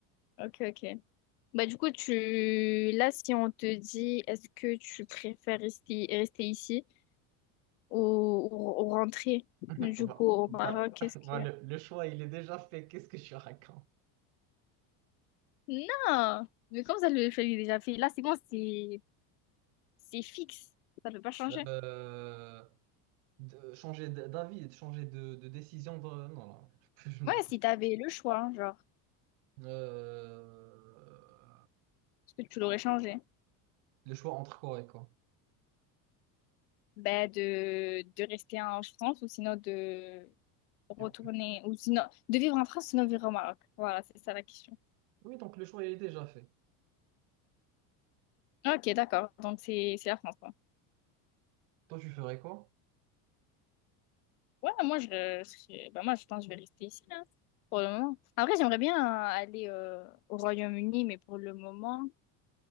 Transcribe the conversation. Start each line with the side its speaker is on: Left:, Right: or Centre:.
Left: Ok, ok. Bah, du coup, tu... Là, si on te dit, est-ce que tu préfères rester, rester ici ou, ou, ou rentrer,
Right: Bah,
Left: du coup, au
Right: bah,
Left: Maroc, qu'est-ce
Right: <laughs>
Left: que...
Right: bah, le, le choix, il est déjà fait. Qu'est-ce que je raconte?
Left: Non, mais comme ça, le choix, il est déjà fait. Là, c'est bon, c'est c'est fixe. Ça peut pas changer.
Right: Euh, de, changer d- d'avis, de changer de, de décision. de- non, non. <laughs> Non.
Left: Ouais, si t'avais le choix, hein, genre,
Right: Euh,
Left: est-ce que tu l'aurais changé?
Right: le choix entre quoi et quoi?
Left: Ben, de, de rester en France ou sinon de retourner,
Right: Et-
Left: ou sinon de vivre en France, sinon vivre au Maroc. Voilà, c'est ça la question.
Right: Oui, donc le choix, il est déjà fait.
Left: Ok, d'accord. Donc, c'est c'est la France, quoi.
Right: Toi, tu ferais quoi?
Left: Ouais, moi, je, je- ben, moi, je pense que je vais rester ici, hein, pour le moment. Après, j'aimerais bien aller euh, au Royaume-Uni, mais pour le moment,